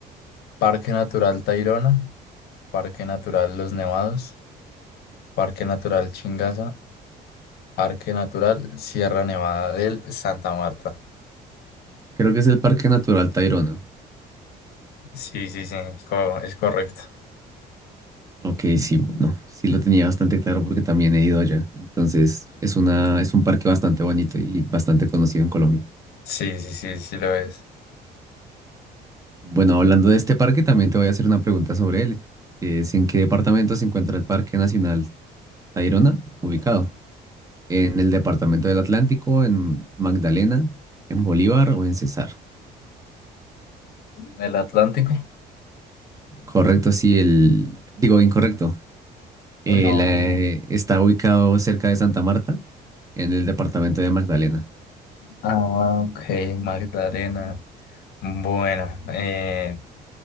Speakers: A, on the left (about 70°); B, on the right (about 20°).
A: Parque Natural Tayrona, Parque Natural Los Nevados, Parque Natural Chingaza, Parque Natural Sierra Nevada del Santa Marta.
B: Creo que es el Parque Natural Tayrona.
A: Sí, sí, sí, es co- es correcto.
B: Ok, sí, bueno, sí lo tenía bastante claro porque también he ido allá. Entonces, es una, es un parque bastante bonito y bastante conocido en Colombia.
A: Sí, sí, sí, sí lo es.
B: Bueno, hablando de este parque, también te voy a hacer una pregunta sobre él, que es ¿en qué departamento se encuentra el Parque Nacional Tayrona ubicado? ¿En el departamento del Atlántico, en Magdalena, en Bolívar o en Cesar?
A: ¿El Atlántico?
B: Correcto, sí, el, digo, incorrecto. Eh,
A: No.
B: la- eh, está ubicado cerca de Santa Marta, en el departamento de Magdalena.
A: Ah, ok, Magdalena. Bueno, eh,